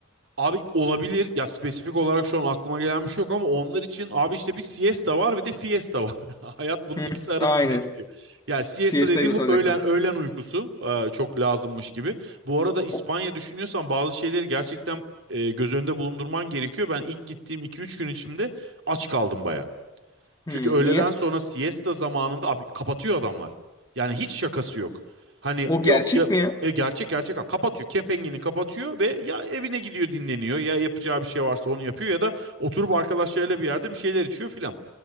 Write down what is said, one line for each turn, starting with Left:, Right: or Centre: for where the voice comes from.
Right: Abi olabilir ya spesifik olarak şu an aklıma gelen bir şey yok ama onlar için abi işte bir siesta var bir de fiesta var. <laughs> Hayat bunun
Left: Hı,
Right: ikisi arasında
Left: aynen.
Right: gidiyor. Ya siesta
Left: Siesta'yı
Right: dediğim
Left: da
Right: bu
Left: soracaktım.
Right: öğlen öğlen uykusu e, çok lazımmış gibi. Bu arada İspanya
Left: O,
Right: düşünüyorsan bazı şeyleri gerçekten e, göz önünde bulundurman gerekiyor. Ben ilk gittiğim iki üç gün içinde aç kaldım bayağı. Çünkü
Left: hı,
Right: öğleden
Left: niye?
Right: sonra siesta zamanında abi kapatıyor adamlar. Yani hiç şakası yok. Hani
Left: O
Right: yok
Left: gerçek
Right: ya-
Left: mi ya?
Right: e, gerçek gerçek kapatıyor. Kepengen'i kapatıyor ve ya evine gidiyor dinleniyor ya yapacağı bir şey varsa onu yapıyor ya da oturup arkadaşlarıyla bir yerde bir şeyler içiyor filan.